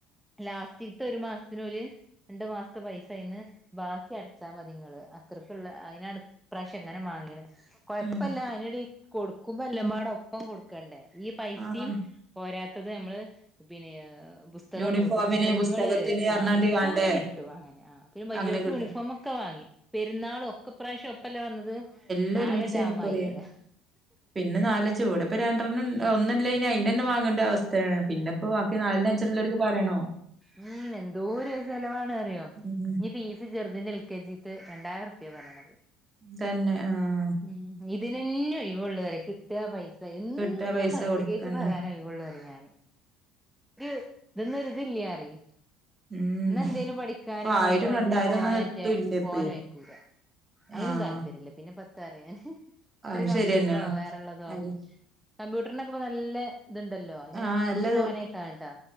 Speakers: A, in the centre; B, on the right (about 20°).
A: ലാസ്റ്റിത്തെ ഒരു മാസത്തിനോല്, രണ്ടു മാസത്തെ പൈസ അയിന്ന്, ബാക്കി അടച്ചാ മതിങ്ങള് അത്രക്കുള്ള അയ്നാണ് ഇപ്രാവശ്യം ഇങ്ങനെ മാങ്ങീണ് കൊഴപ്പല്ല
B: ഉം
A: അയ്നെടി കൊടുക്കുമ്പോ എല്ല മാട ഒപ്പം കൊടുക്കണ്ടേ ഈ പൈസയും
B: ആഹ്
A: പോരാത്ത ത്തത് നമ്മള് പിന്നെ പുസ്തകം
B: യൂണിഫോമിന്
A: നോട്ട് പുസ്തകങ്ങള്
B: പുസ്തകത്തിന് പറഞ്ഞാണ്ട്
A: ആ യൂണിഫോമിന്
B: വാണ്ടേ
A: കിട്ടും അങ്ങനെ ആ പിന്നെ വയ്യോൾക്ക്
B: അങ്ങനെ കിട്ടും
A: യൂണിഫോമ ഒക്കെ വാങ്ങി പെരുന്നാളും ഒക്കെ പ്രാഷം പ്പല്ല വന്നത്
B: ല് ഒരുമിച്ചേനി
A: ആകെ ജാമായി
B: ഇക്കുറി
A: പറയാ
B: പിന്നെ നാലഞ്ച് ഇവടപ്പ രണ്ട്രൺ ഒന്നല്ല ഇനി അയ്ന്റന്നെ വാങ്ങണ്ട അവസ്ഥേണ് പിന്നെപ്പോ ബാക്കി നാലൺ അഞ്ചണ്ണള്ളോർക്ക് പറയണോ
A: ഉം എന്തോരു ചെലവാണ് അറിയോ
B: ഉം
A: ഇഞ്ഞി ഫീസ് ചെർ അതിൻ്റെ എൽ കെ ജി ത്തെ രണ്ടായിരം ഉർപ്യ പർനണത്
B: തന്നെ ആഹ്
A: ഉം ഇഞ് ഇതിനെന്നെ ഒയിവോള്ളു പറെയ് കിട്ടാ പൈ എന്നും
B: കിട്ടാ
A: പൈസ
B: കൊടുക്കന്നെ
A: കേസ് പറയാനെ ഒഴിവൊള്ളു പറിം ഞാന് രു ഇത് ന്നൊര് ഇതില്ലാറെയ്‌
B: ഉം
A: ഇന്നാ എന്തേലും പഠിക്കാനോ
B: ഇപ്പ ആയിരം
A: അയിനോ ഇതിനോ
B: രണ്ടായിരം
A: പോവാനെറ്റെ
B: ഒന്നും എത്തൂല്ല ഇപ്പേ
A: പോവാനും അയ്ക്കൂല അയിനും
B: ആഹ്
A: താല്പര്യം ഇല്ല പിന്നെ ത്തറയാൻ
B: അത്
A: ഒര് കമ്പ്യൂട്ടറോ
B: ശരിയെന്നാണ്
A: വേറെള്ളതോ
B: അൽ
A: കമ്പ്യൂട്ടർനൊക്കെ ഇപ്പം ന നല്ലെ ഇത്ണ്ടല്ലോ അയിന്
B: ആഹ് നല്ല
A: ഇന്റെ മോൻ അയ്ക്കണട്ടോ